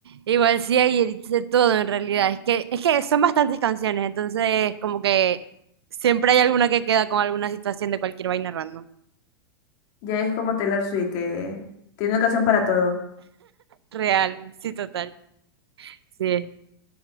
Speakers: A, on the right (about 85°); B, on the left (about 50°).
A: Igual sí hay edits de todo en realidad. Es que, es que son bastantes canciones, entonces como que siempre hay alguna que queda con alguna situación de cualquier vaina random.
B: Ya es como Taylor Swift, que tiene una canción para todo.
A: Real, sí, total. Sí.